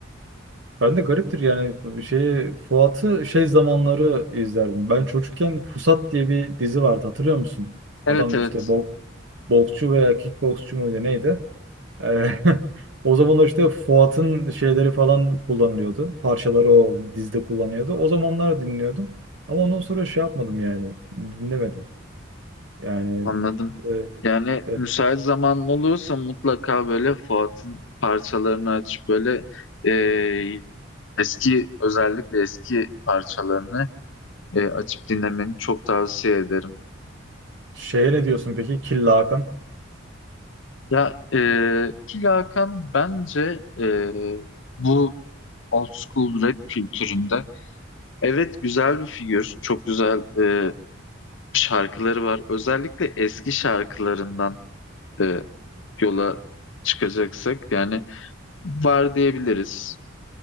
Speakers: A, on the right; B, on the left.
A: Ben de gariptir yani şeyi Fuat'ı şey zamanları izlerdim. Ben çocukken Pusat diye bir dizi vardı hatırlıyor musun?
B: Evet
A: Adam
B: evet
A: işte bok, boksçu veya kickboksçu muydu neydi? Ee, <laughs> o zamanlar işte Fuat'ın şeyleri falan kullanılıyordu. Parçaları o dizide kullanıyordu. O zamanlar dinliyordum. Ama ondan sonra şey yapmadım yani. Dinlemedim. Yani
B: Anladım.
A: e,
B: Yani
A: e,
B: müsait zaman olursa mutlaka böyle Fuat'ın parçalarını aç böyle e, eski özellikle eski parçalarını e, açıp dinlemeni çok tavsiye ederim.
A: şeye ne diyorsun peki? Killa Hakan.
B: Ya e, ki Hakan bence e, bu old school rap kültüründe evet güzel bir figür. Çok güzel e, şarkıları var. Özellikle eski şarkılarından e, yola çıkacaksak yani var diyebiliriz.